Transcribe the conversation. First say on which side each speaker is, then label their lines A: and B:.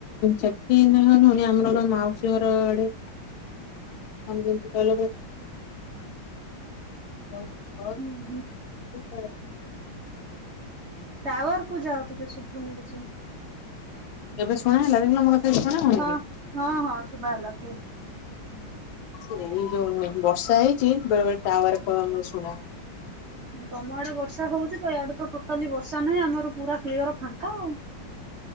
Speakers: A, on the left; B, on the right.
A: ସେଠି <unintelligible> ଆମର ମାଉସୀ ଘର ଆଡେ ତମେ ଯେମିତି କହିଲ <unintelligible>
B: ହୁଁ ହୁଁ
A: ହଉ <unintelligible>
B: ଟାୱାରକୁ ଯାଅ ଟିକେ ଶୁଭୁନି କିଛି।
A: ଏବେ ଶୁଣା ହେଲା ଦେଖିଲ ମୋ କଥା କିଛି ଶୁଣା ହଉନି
B: ହଁ
A: କି?
B: ହଁ ହଁ ଶୁଭା ହେଲା କୁହ।
A: ସେଇ ଯୋଉ ବର୍ଷା ହେଇଛି ବେଳେ ଟାୱାର କଣ ଶୁଣା ହଉ
B: ତମ ଆଡେ ବର୍ଷା ହଉଛି ତ ଏଆଡେ ତ ଟୋଟାଲି ବର୍ଷା ନାହିଁ ଆମର ପୁରା କ୍ଲିୟର ଫାଙ୍କା ଆଉ।